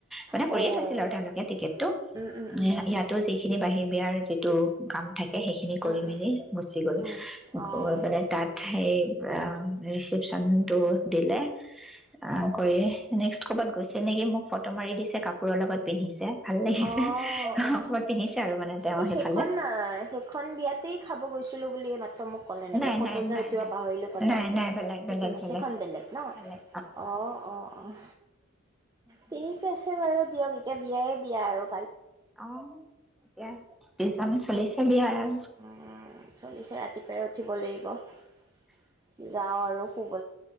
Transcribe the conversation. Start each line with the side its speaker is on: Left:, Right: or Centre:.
Centre: মানে
Right: অ',
Centre: কৰিয়ে থৈছিল আৰু তেওঁলোকে টিকেটটো
Right: উম, উম, উম, উম,
Centre: ইয়াতো যিখিনি বাহি বিয়াৰ যিটো কাম থাকে ে সেইখিনি
Right: উম,
Centre: কৰি
Right: উম,
Centre: মেলি গুচি গ'ল
Right: উম, অ', অ',
Centre: গৈ মানে সেই ৰিচিপচন টো দিলে অ' কয়েক্ ক'ৰবাত গৈছে নেকি মোক ফটো মাৰি দিছে কাপোৰৰ লগত পিন্ধিছে ভাল লাগিছে
Right: অ' অ'
Centre: ক'ৰবাত পিন্ধিছে আৰু মানে তেওঁ
Right: এই
Centre: সেইফালে
Right: সেইখন আহ সেইখন বিয়াতেই খাব গৈছো বুলিয়ে মাত মোক ক'লে নেকি
Centre: নাই
Right: ফটো
Centre: নাই
Right: যে
Centre: নাই
Right: উঠিব
Centre: নাই
Right: পাহৰিলো ক'লে
Centre: নাই নাই বেলেগ
Right: সেইটো
Centre: বেলেগ
Right: নো সেইখন বেলেগ ন
Centre: বেলেগ
Right: অ' অ' অ' ঠিক আছে বাৰু দিয়ক এতিয়া বিয়ায় বিয়া আৰু
Centre: অ' এতিয়া পিজন চলিছ বিহাৰত
Right: উম চলিছে ৰাতিপুৱাই উঠিব লাগিব যাওঁ আৰু খুব